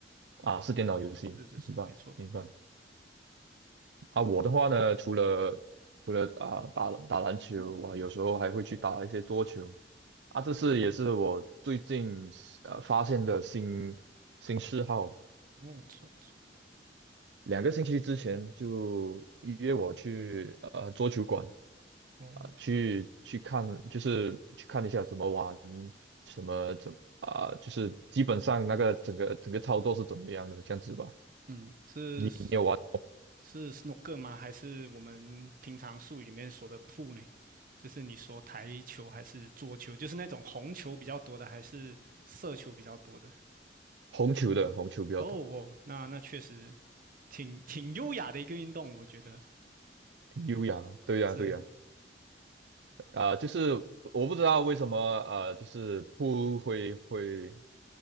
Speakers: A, on the right (about 65°); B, on the right (about 50°).
A: 啊？是电脑游戏，
B: 是是是，
A: 明白明白。
B: 没错，
A: 啊，
B: 嗯，
A: 我的话呢，除了除了啊打打篮球，我有时候还会去打一些桌球。啊，这是也是我最近呃发现的新新嗜好。
B: 哦，错错
A: 两个星期之前就约我去呃桌球馆
B: ，OK，
A: 啊、去去看，就是去看一下怎么玩，什么怎啊、就是基本上那个整个整个操作是怎么样的这样子吧。
B: 嗯，是。
A: 你你有玩
B: 是 snooker 吗？还是我们平常术语里面说的 pool 呢？就是你说台球还是桌球？就是那种红球比较多的，还是色球比较多的？
A: 红球的，红球比较多，
B: 哦哦，那那确实挺挺优雅的一个运动，我觉得
A: 挺优雅的。对呀、
B: 是。
A: 对呀、啊、就是我不知道为什么呃，就是不会会